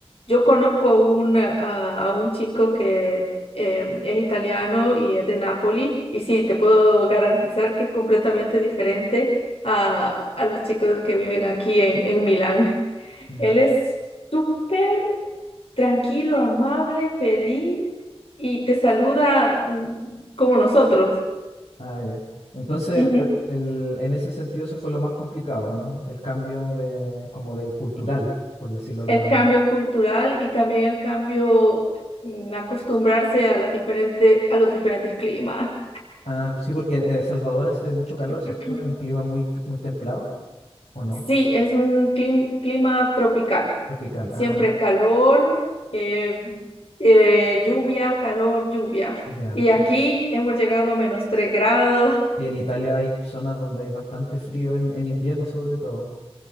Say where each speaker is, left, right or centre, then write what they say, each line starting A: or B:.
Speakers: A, on the left (about 65°); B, on the left (about 90°).
A: yo conozco un, a, a un chico que eh, es italiano y es de Nápoli, y sí, te puedo garantizar que es completamente diferente a, a los chicos que viven aquí en, en Milán. <laughs>
B: Mm.
A: Él es súper tranquilo, amable, feliz y te saluda mm, como nosotros.
B: Ah, ya. Entonces,
A: Ujú.
B: pero el- en ese sentido eso fue lo más complicado, ¿no? El cambio de, como de cultural, por decirlo de alguna
A: El
B: manera.
A: cambio cultural y también el cambio en acostumbrarse a las diferentes, a los diferentes climas.
B: Ah, sí, porque en El Salvador hace mucho calor,
A: <laughs>
B: ¿cierto? Es un clima muy, muy templado, ¿o no?
A: Sí, es un clim- clima tropical.
B: Tropical.
A: Siempre
B: Ah, y-
A: calor, eh, eh, lluvia, calor, lluvia.
B: ya.
A: Y aquí
B: Y,
A: hemos llegado a menos 3 grados.
B: y en Italia hay zonas donde hay bastante frío en, en invierno, sobre todo.